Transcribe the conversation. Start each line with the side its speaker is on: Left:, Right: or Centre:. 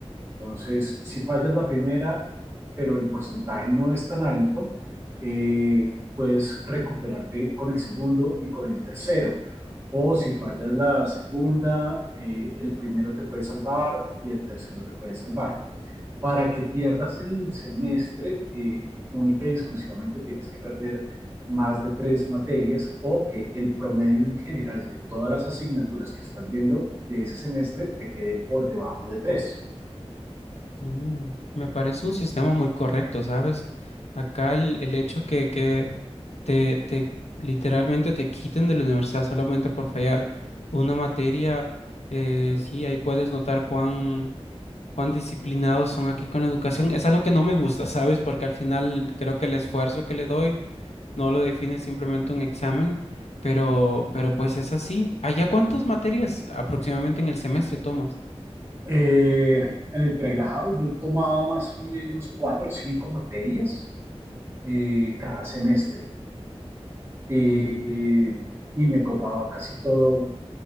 Right: Entonces, si fallas la primera, pero el porcentaje no es tan alto, eh, puedes recuperarte con el segundo y con el tercero. O si fallas la segunda, eh, el primero te puede salvar y el tercero te puede salvar. Para que pierdas el semestre, eh, única y exclusivamente tienes que perder más de tres materias o que el promedio en general de todas las asignaturas que estás viendo de ese semestre te quede por debajo de tres.
Left: Mm, Me parece un sistema muy correcto, ¿sabes? Acá el, el hecho que, que te, te literalmente te quiten de la universidad solamente por fallar una materia, eh, sí, ahí puedes notar cuán, cuán disciplinados son aquí con la educación. Es algo que no me gusta, ¿sabes? Porque al final creo que el esfuerzo que le doy no lo define simplemente un examen, pero, pero pues es así. ¿Allá cuántas materias aproximadamente en el semestre tomas?
Right: Eh, en el pregrado yo tomaba más o menos cuatro o cinco materias eh, cada semestre eh,
Left: Mm.
Right: eh, y me copaba casi todo